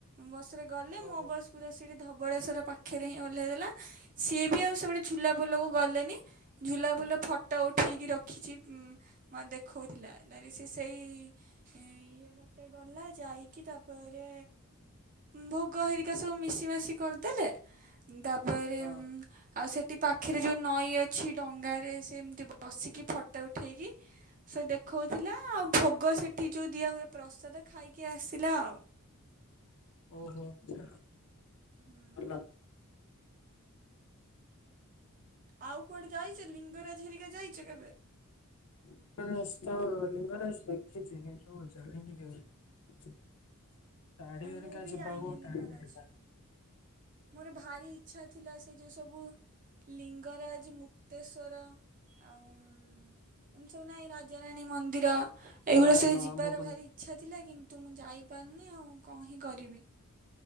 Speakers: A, on the right; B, on the left.
A: ବସରେ ଗଲେ
B: ଓହୋ
A: ମୋ ବସ ପୁରା ସେଠି ଧବଳେଶ୍ଵର ପାଖରେ ହିଁ ଓହ୍ଲାଇ ଦେଲା ସିଏ ବି ଆଉ ସେ ଗଟେ ଝୁଲାପୁଲକୁ ଗଲେନି ଝୁଲା ପୁଲ ଫଟୋ ଉଠେଇକି ରଖିଛି ଦେଖଉଥିଲା ସେ ସେଇ ଇଏ ବାଟେ ଗଲା। ଯାଇକି ତାପରେ ଭୋଗ ହେରିକା ସବୁ ମିଶି ମାସି କରିଦେଲେ ତାପରେ
B: ହଁ
A: ଆଉ ସେ ସେ ପାଖରେ ଯୋଉ ନଈ ଅଛି ଡଙ୍ଗାରେ ସେ ଏମିତି ବସିକି ଫଟୋ ଉଠେଇକି ସେ ଦେଖଉଥିଲା ଆଉ ଭୋଗ ସେଠି ଯୋଉ ଦିଆ ହୁଏ ପ୍ରସାଦ ଖାଇକି କିଏ ଆସିଲା ଆଉ
B: ଓହୋ ଚ୍ଛା
A: ହୁଁ
B: ଭଲ
A: ଆଉ କୁଆଡେ ଯାଇଛ ଲିଙ୍ଗରାଜ ରା ଝରି ଯାଇଛ କେବେ?
B: ଲିବରାସ ତ ଲିଙ୍ଗରାଜ ଦେଖିଛି କି ତୁ ଜାଣିନି କେବେ। ଶାଢୀ ଅରିକା
A: ମୁଁ ବି
B: ଯିବାକୁ
A: ଯାଇନି ଲିଙ୍ଗରାଜ।
B: ଟାଇମ୍ ହେଲା।
A: ମୋର ଭାରି ଇଚ୍ଛା ଥିଲା ସେ ଯୋଉ ସବୁ ଲିଙ୍ଗରାଜ ମୁକ୍ତେଶ୍ଵର ଆଉ ଏମତି ସବୁ ନାହି ରାଜାରାଣୀ ମନ୍ଦିର ଏଇଗୁଡା
B: ହଁ
A: ସ
B: ହଁ
A: ଯିବାର
B: ଭୁବନେ
A: ଭାରି ଇଚ୍ଛା ଥିଲା କିନ୍ତୁ ମୁଁ ଯାଇ ପାରନି ଆଉ କହିଁ କରିବି